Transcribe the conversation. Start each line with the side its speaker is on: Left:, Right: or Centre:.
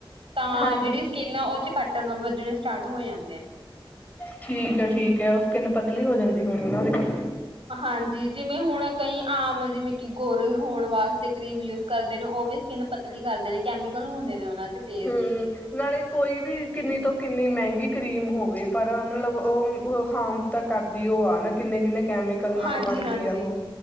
Right: ਤਾਂ
Left: ਹਾਂਜੀ
Right: ਜਿਹੜੀ ਸਕਿੰਨ ਆ ਉਹ ਚ ਕੱਟ ਵੱਜਣੇ ਸਟਾਰਟ ਹੋ ਜਾਂਦੇ ਨੇ
Left: ਠੀਕ ਹੈ ਠੀਕ ਹੈ ਉ ਸ ਕਿੰਨ ਪਤਲੀ ਹੋ ਜਾਂਦੀ ਹੋਣੀ ਉਹਦੇ ਕਰਕੇ
Right: ਹਾਂਜੀ ਜਿਵੇਂ ਹੁਣ ਕਈ ਆਮ ਜਿਵੇਂ ਕਿ ਗੋਰੇ ਹੋਣ ਵਾਸਤੇ ਕਰੀਮ ਕਰਦੇ ਨੇ ਉਹ ਵੀ ਸਕਿੰਨ ਪਤਲੀ ਕਰਦੇ ਨੇ ਕੈਮੀਕਲ ਹੁੰਦੇ ਨੇ ਉਹਨਾਂ ਦੇ ਤੇਜ਼
Left: ਹਮ ਨਾਲੇ ਕੋਈ ਵੀ ਕਿੰਨੀ ਤੋਂ ਕਿੰਨੀ ਮਹਿੰਗੀ ਕਰੀਮ ਹੋਵੇ ਪਰ ਮਤਲਬ ਉਹ ਹਾਰਮ ਤਾਂ ਕਰਦੀ ਉਹ ਆ ਨਾ ਕਿੰਨੇ ਕਿੰਨੇ ਕੈਮੀਕਲ ਨਾਲ
Right: ਹਾਂਜੀ
Left: ਬਣਦੀ
Right: ਹਾਂਜੀ
Left: ਆ ਉਹ